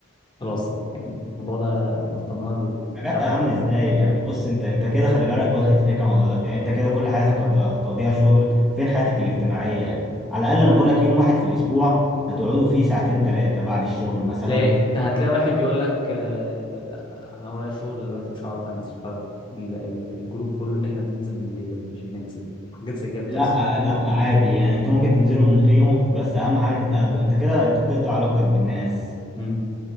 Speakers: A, on the left; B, in the centre.
A: خلاص يعني الموضوع ده بطلناه للأبد
B: حاجات اهم ازاي يعني بص انت انت كده خلي بالك واخد فكره غلط يعني انت كده كل حياتك هتض- هتقضيها شغل فين حياتك الاجتماعيه يعني على الاقل انا بقول لك يوم واحد في الاسبوع هتقعدوا فيه ساعتين ثلاثه بعد الشغل مثلا
A: تلاقي أنت هتلاقي واحد بيقول لك آه، أنا ورايا شغل دلوقتي مش هعرف أنزل فالجروب كله اللي إحنا بننزل م- بن- مش بننزل حاجات زي كده بتحصل
B: لا لا عادي يعني انتوا ممكن تنزلوا من غيره بس اهم حاجه تتقابلوا انت كده انت بتقطع علاقتك بالناس
A: مم.